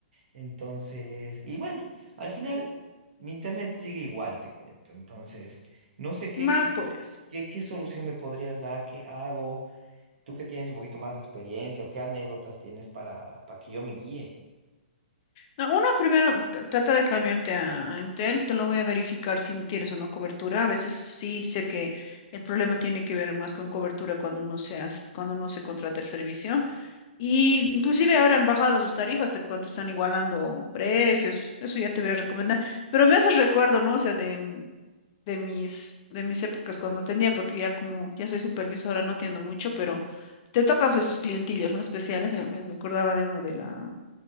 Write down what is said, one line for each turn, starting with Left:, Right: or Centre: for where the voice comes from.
Right: Entonces, y bueno, al final mi internet sigue igual, te cuento. Entonces, no sé qué,
Left: Mal,
Right: qué,
Left: pues.
Right: qué, qué solución me podrías dar, qué hago, tú que tienes un poquito más de experiencia o qué anécdotas tienes para, para que yo me guíe.
Left: No, uno primero tr- trata de cambiarte a, a Entel, te lo voy a verificar si no tienes o no cobertura. A veces sí sé que el problema tiene que ver más con cobertura cuando no se hace- cuando no se contrata el servicio. Y inclusive ahora han bajado sus tarifas, te cuento, están igualando precios. Eso ya te voy a recomendar. Pero me hace recuerdo, ¿no? O sea, de, m- de mis, de mis épocas cuando atendía, porque ya como ya soy supervisora, no atiendo mucho, pero te tocan pues, esos clientillos, ¿no? Especiales. Me, me me acordaba de uno de la